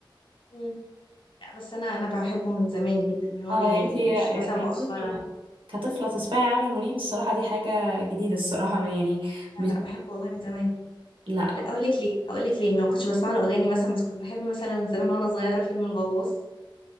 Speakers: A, on the left; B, on the right.
A: مم. لا بس انا انا بحبه من زمان جدا من وانا
B: اه يعني
A: يعني
B: انت
A: مش
B: آه،
A: مثلا
B: كطفلة
A: مؤخرا
B: كطفلة تسمعي عامر منيب الصراحة دي حاجة جديدة الصراحة ما- يعني مش
A: لا لا بحبه والله من زمان
B: لا
A: لا اقول لك ليه اقول لك ليه ما كنتش بسمع له اغاني مثلا بس كنت بحب مثلا من زمان وانا صغيره فيلم الغواص